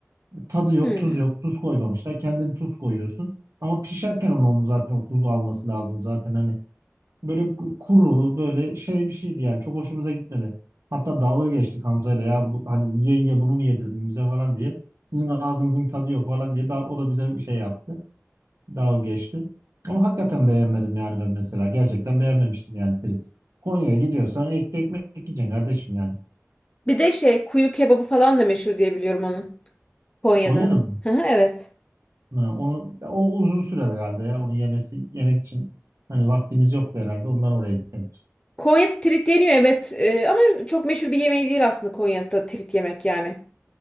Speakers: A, on the right (about 85°); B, on the left (about 20°).
A: tadı yok,
B: Hmm.
A: tuz yok. Tuz koymamışlar. Kendin tuz koyuyorsun. Ama pişerken onun, onun zaten o tuzu alması lazım zaten hani. Böyle ku- kuru, böyle şey bir şeydi yani. Çok hoşumuza gitmedi. Hatta dalga geçtik Hamza'yla ya bu, hani ye ye bunu mu yedirdin bize falan diye. Sizin ağzınızın tadı yok falan diye daha, o da bize şey yaptı. Dalga geçti. Ama hakikaten beğenmedim yani ben mesela. Gerçekten beğenmemiştim yani Ferit. Konya'ya gidiyorsan ek ekmek yiyeceksin kardeşim yani.
B: Bir de şey kuyu kebabı falan da meşhur diye biliyorum onun. Konya'nın.
A: Konya'nın mı?
B: Hı hı, evet.
A: Ha, onu o uzun sürer herhalde ya. Onu yemesi yemek için hani vaktimiz yoktu herhalde. Ondan oraya gitmedik.
B: Konya'da trit yeniyor evet Ee, ama çok meşhur bir yemeği değil aslında Konya'da trit yemek yani.